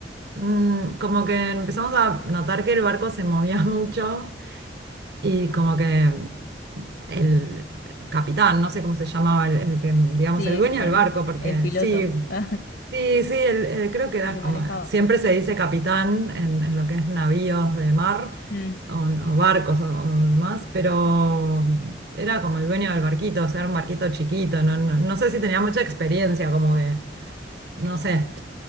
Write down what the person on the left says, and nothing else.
Sí,
el
que mane
el piloto,
<laughs>
el que manejaba.
Mm,